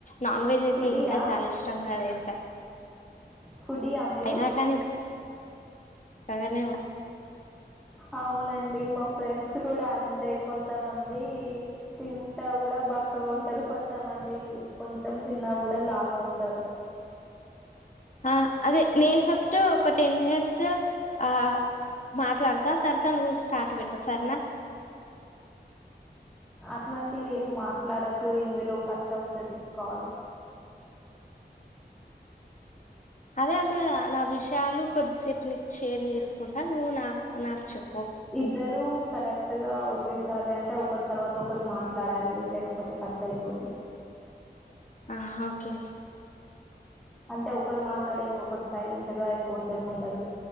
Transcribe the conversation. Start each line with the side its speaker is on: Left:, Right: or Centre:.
Left: నాన్ వెజ్ అయితే
Centre: ఫుడీయా
Left: ఇంకా చాలా ఇష్టంగా తింటా
Centre: ఫుడియా మీరు
Left: అయినా కానీ బాగానే
Centre: అవునన్ డి మా ఫ్రెండ్స్ కూడా అంతే కొంతమంది తింటా గుడా బ క్కగుంటరు కొంతమంది కొంచెం తిన్నా కూడా లావు అవుతారు
Left: అహ్ అదే నేను ఫస్ట్ ఒక టెన్ మినట్స్ ఆహ్ మాట్లాడతా తర్తా నువ్వు స్టార్ట్ పెట్టు సర్న
Centre: అట్లాంటివి ఏం మాట్లాడద్దు ఇందులో కట్ అవుతది కాల్
Left: అదే అంటున్న గా నా విషయాలు కొద్దిసేపుప్ షేర్ చేసుకుంటా నువ్వు నా నాక్చెప్
Centre: ఇద్దరూ కరెక్ట్ గా ఓకే సరే అంటే ఒకరి తర్వాత ఒకరు మాట్లాడాలి లేకపోతే కట్ అయిపోద్ది
Left: ఆ హకె
Centre: అంటే ఒకరు మాట్లాడి ఇంకొ కరు సైలెంట్ గా ఎక్కువసేపు ఉండద్దు